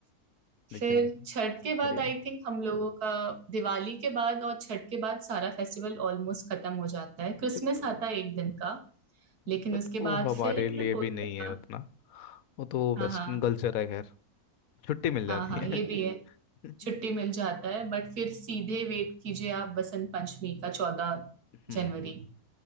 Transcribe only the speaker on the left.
लेकिन
बढ़िया
है।
तो
बट
वो
हमारे
लिए
भी नहीं
है उतना वो तो
वेस्टर्न
कल्चर है खैर छुट्टी मिल जाती
है
<laughs>
हम्म